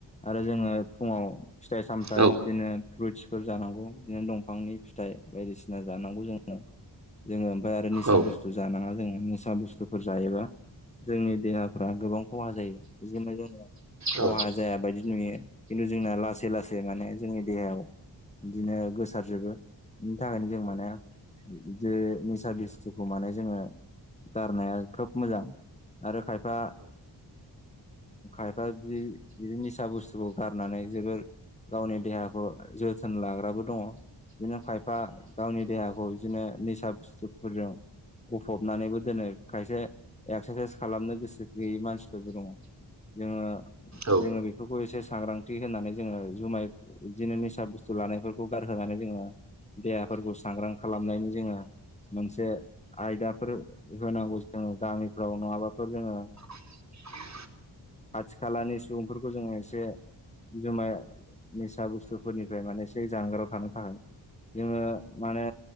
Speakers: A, on the left (about 15°); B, on the right (about 40°).
A: आरो जोङो फुङाव फिथाइ सामथायाइ
B: औ
A: बिदिनो फ्रुइटसफोर जानांगौ बिदिनो दंफांनि फिथाइ बायदिसिना जानांगौ जोङो जोङो ओमफ्राय आरो निसा
B: औ
A: बुस्थु जानाङा जोङो निसा बुस्थुफोर जायोबा जोंनि देहाफ्रा गोबां खहा जायो बेजोंनो जोङो
B: औ
A: खहा जाया बायदि नुयो खिन्थु जोंना लासै लासै माने जोंनि देहायाव बिदिनो गोसारजोबो बिनि थाखायनो जों माने बिदि निसा बुस्थुखौ माने जोङो गारनाया खोब मोजां आरो खायफा खायफा बि बिदि निसा बुस्थुखौ गारनानै जोबोर गावनि देहाखौ जोथोन लाग्राबो दङ बिदिनो खायफा गावनि देहाखौ बिदिनो निसा बुस्थुफोरजों गफबनानैबो दोनो खायसे एक्सारसाइस खालामनो गोसो गैयै मानसिफोरबो दङ' जोङो
B: औ
A: जोङो बेफोरखौ एसे सांग्रांथि होनानै जोङो जुमाय बिदिनो निसा बुस्थु लानायफोरखौ गारहोनानै बे जोङो देहाफोरखौ सांग्रां खालामनायनि जोङो मोनसे आयदाफोर होनांगौ जोङो गामिफ्राव नङाबाफोर जोङो
B: <inaudible>
A: खाथि खालानि सुबुंफोरखौ जोङो एसे जुमाय निसा बुस्थुफोरनिफ्राय माने एसे जानगाराव थानो थाखाय जोङो माने